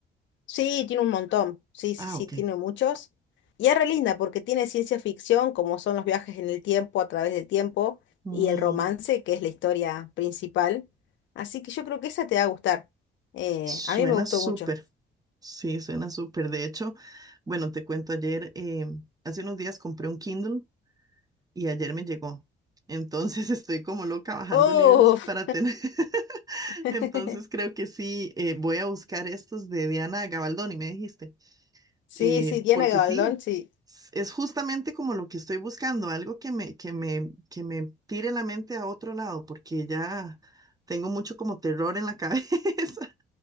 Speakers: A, on the left; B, on the right.
A: sí, tiene un montón. Sí, sí,
B: Ah,
A: sí,
B: ok.
A: tiene muchos. Y es re linda porque tiene ciencia ficción, como son los viajes en el tiempo, a través del tiempo,
B: Mm,
A: y el romance, que es la historia principal. Así que yo creo que esa te va a gustar. Eh,
B: suena
A: a mí me gustó
B: súper,
A: mucho.
B: sí, suena súper. De hecho, bueno, te cuento ayer, eh, hace unos días compré un Kindle y ayer me llegó. Entonces <laughs> estoy como loca bajando
A: ¡Uf!
B: libros para tener. <laughs>
A: <laughs>
B: Entonces creo que sí, eh, voy a buscar estos de Diana Gabaldón y me dijiste.
A: Sí,
B: eh,
A: sí, Diana
B: porque
A: Gabaldón,
B: sí,
A: sí.
B: s- es justamente como lo que estoy buscando, algo que me, que me, que me tire la mente a otro lado, porque ya tengo mucho como terror en la <laughs> cabeza